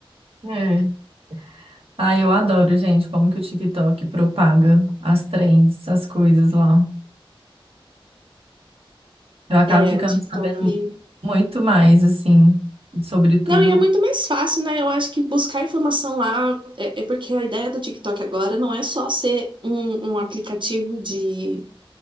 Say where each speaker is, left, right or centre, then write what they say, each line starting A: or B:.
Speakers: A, on the right (about 75°); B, on the right (about 55°).
A: é. Ah, eu adoro, gente, como que o TikTok propaga as trends, as coisas lá. Eu acabo
B: É,
A: ficando
B: o TikTok.
A: sabendo muito mais, assim, sobretudo
B: Não, e é muito mais fácil, né? Eu acho que buscar informação lá é, é porque a ideia do TikTok agora não é só ser um, um aplicativo de,